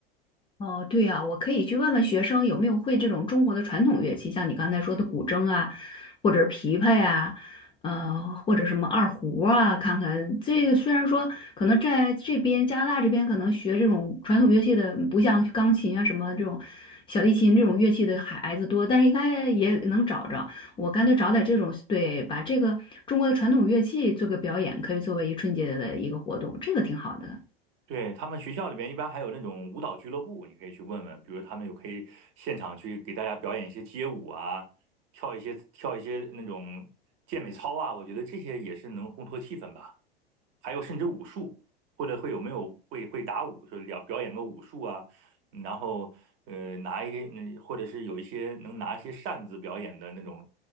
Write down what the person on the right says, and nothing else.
对，他们学校里边一般还有那种舞蹈俱乐部，你可以去问问，比如他们有可以现场去给大家表演一些街舞啊，跳一些跳一些那种健美操啊，我觉得这些也是能烘托气氛吧。还有甚至武术，或者会有没有会会打武，就表表演个武术啊，嗯然后呃拿一个，嗯或者是有一些能拿一些扇子表演的那种，